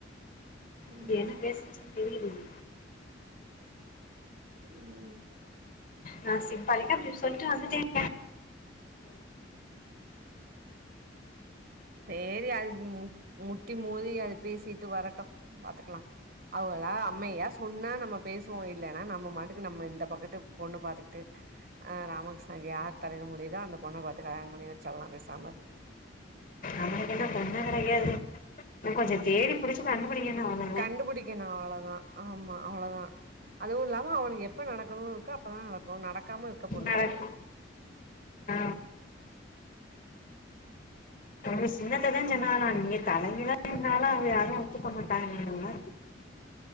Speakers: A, on the right; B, on the left.
A: ம்
B: இது என்ன பேசின்ச்சு தெரியலையே
A: உம்
B: நான் சிம்பாளிக்கா அப்டி சொல்லிட்டு வந்துட்டே <inaudible>
A: செரி அது மு மு முட்டி மோதி அது பேசிட்டு வரட்டும் பாத்துக்கலாம் அவளா அம்மையா சொன்னா நம்ம பேசுவோம் இல்லைன்னா நம்ம மாட்டுக்கு நம்ம இந்த பக்கத்து பொண்ணு பாத்துக்கட்டு அஹ் ராமகிருஷ்ணாக்கு யார் தலையிட முடியுதோ அந்த பொண்ணை பார்த்து கல்யாணம் பண்ணி வச்சல்லலாம் பேசாம இரு
B: அவனுக்கு என்ன பொன்னா கெடைக்காது இன்ன கொஞ்சோ
A: உம்
B: தேடி புடிச்சு கண்டுபிடிக்கணு அவ்ளோதா
A: கண்டுபிடிக்கனும் அவ்வளவுதான் ஆமா அவ்வளவுதான் அதுவும் இல்லாம அவனுக்கு எப்ப நடக்கணும்னு இருக்கோ அப்பதான் நடக்கும் நடக்காம இருக்க போறது
B: நடக்கு
A: கிடையாது
B: ஆ உங்க சின்னத்ததான் சொன்னாங்களா நீங்க தலைகீழா நின்னாலும் அவங்க யாரும் ஒத்துக்க மாட்டாங்கங்க